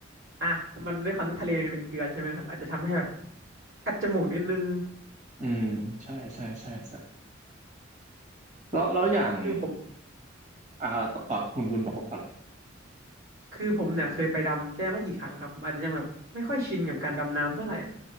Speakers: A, on the right (about 80°); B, on the right (about 40°).
A: อ่ะมันด้วยความที่ทะเลเป็นเกลือใช่ไหมครับอาจจะทำให้แบบคัดจมูกนิดนึง
B: อืมใช่ใช่ใช่ใช่แล้วแล้วอย่าง
A: คือผม
B: อ่าก่อนคุณคุณประพบก่อนเลย
A: คือผมเนี่ยเคยไปดำแค่ไม่กี่ครั้งครับผมอาจจะยังแบบไม่ค่อยชินกับการดำน้ำเท่าไหร่